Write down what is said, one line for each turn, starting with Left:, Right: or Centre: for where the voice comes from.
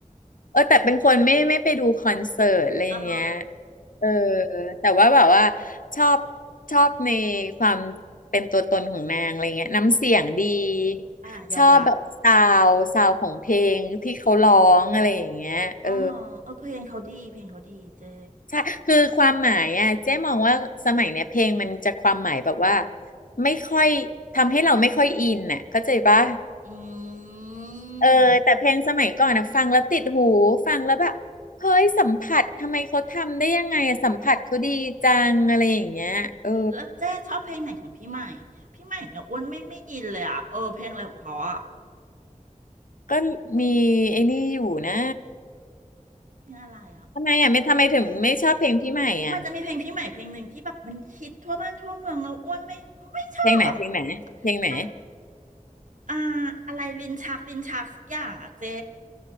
Left: เออแต่เป็นคนไม่ไม่ไปดูคอนเสิร์ตอะไรเงี้ย
Right: อ๋อ
Left: เออแต่ว่าแบบว่าชอบชอบในความเป็นตัวตนของนางอะไรเงี้ยน้ำเสียงดี
Right: อ่ายอมรับ
Left: ชอบแบบซาวซาวของเพลงที่เขาร้องอะไรอย่างเงี้ยเออ
Right: อ๋อเออเพลงเขาดีเพลงเขาดีเจ้
Left: ใช่คือความหมายอ่ะเจ๊มองว่าสมัยเนี้ยเพลงมันจะความหมายแบบว่าไม่ค่อยทำให้เราไม่ค่อยอินน่ะเข้าใจปะ
Right: อืม
Left: เออแต่เพลงสมัยก่อนนะฟังแล้วติดหูฟังแล้วแบบเฮ้ยสัมผัสทำไมเขาทำได้ยังไงอะสัมผัสเขาดีจังอะไรอย่างเงี้ยเออ
Right: แล้วเจ๊ชอบเพลงไหนของพี่ใหม่พี่ใหม่เนี่ยอ้วนไม่ไม่อินเลยอ่ะเออเพลงอะไรของเขาอ่ะ
Left: ก็มีไอ้นี่อยู่นะ
Right: เพลงอะไรอ่ะ
Left: ทำไมอ่ะไม่ทำไมถึงไม่ชอบเพลงพี่ใหม่อ่ะ
Right: มันจะมีเพลงพี่ใหม่เพลงหนึ่งที่แบบมันคิดทั่วบ้านทั่วเมืองแล้วอ้วนไม่ไม่ชอบแบบ
Left: เพลงไหนเพลงไหนเพลงไหน
Right: อะไรอ่าอะไรลิ้นชักลิ้นชักสักอย่างอ่ะเจ๊